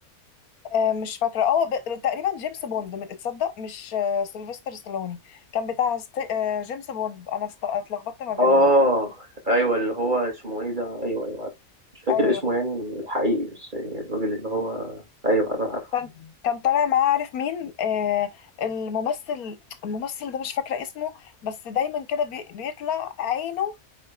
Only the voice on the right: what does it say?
اه ايوه اللي هو اسمه ايه ده ايوه ايوه عارف مش فاكر
اسمه يعني الحقيقي بس الراجل اللي هو ايوه انا عارفه